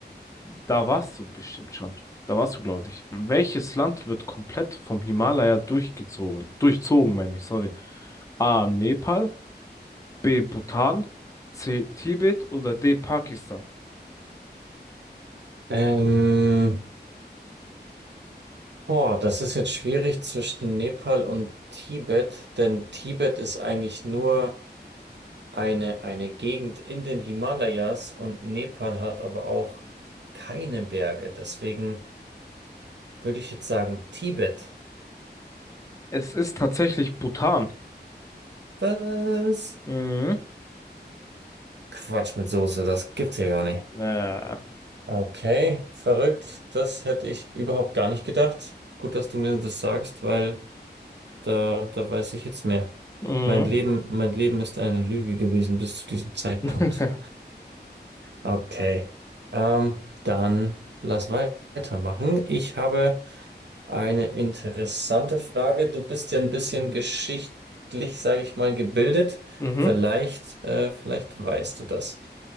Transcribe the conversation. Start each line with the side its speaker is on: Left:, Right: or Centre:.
Left: da warst du bestimmt schon. Da warst du, glaube ich. Welches Land wird komplett vom Himalaya durchgezogen? Durchzogen, meine ich, sorry. A. Nepal, B. Bhutan, C. Tibet oder D. Pakistan?
Right: Ähm, boah, das ist jetzt schwierig zwischen Nepal und Tibet, denn Tibet ist eigentlich nur eine, eine Gegend in den Himalayas und Nepal hat aber auch keine Berge. Deswegen würde ich jetzt sagen Tibet.
Left: Es ist tatsächlich Bhutan.
Right: Was?
Left: Mhm.
Right: Quatsch mit Soße, das gibt's ja gar nicht.
Left: Äh.
Right: Okay, verrückt. Das hätte ich überhaupt gar nicht gedacht. Gut, dass du mir das sagst, weil Da, da weiß ich jetzt mehr.
Left: Mhm.
Right: Mein Leben, mein Leben ist eine Lüge gewesen bis zu diesem Zeitpunkt.
Left: <laughs>
Right: Okay. Ähm, dann lass wei- weitermachen. Ich habe eine interessante Frage. Du bist ja ein bisschen geschichtlich, sage ich mal, gebildet.
Left: Mhm.
Right: Vielleicht, äh, vielleicht weißt du das.